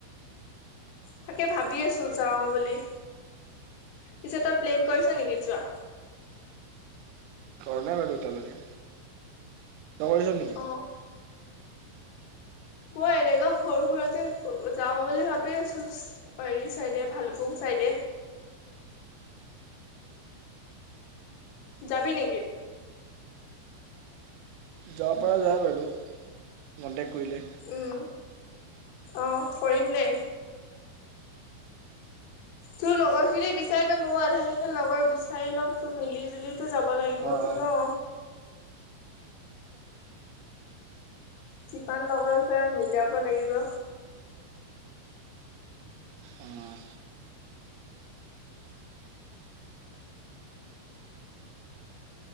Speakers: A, on the left (about 80°); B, on the right (about 85°).
A: তাকে ভাবি আছো যাওঁ বুলি। পিছে তই প্লেন কৰিছ নেকি যোৱা?
B: কৰা নাই বাৰু এতিালৈকে। তই কৰিছ নেকি?
A: অ মই এনেকা সৰু সুৰাকে যাওঁ বুলি ভাবি আছোছ। হেৰি চাইদে ভালুপুং চাইদে। যাবি নিকি?
B: যাব পৰা যায় বাৰু কণ্টেক্ট কৰিলে।
A: উম, অঁ কৰিম দে। তোৰ লগৰ খিনি বিচাৰিবি মও আধা খিনি লগৰ বিচাৰি ল'ম তোৰ মিলি-জুলি- টো যাব লাগিবতো
B: অ অ।
A: ন? কিমান লগৰ যাই মিলাব লাগিব।
B: অঁ'।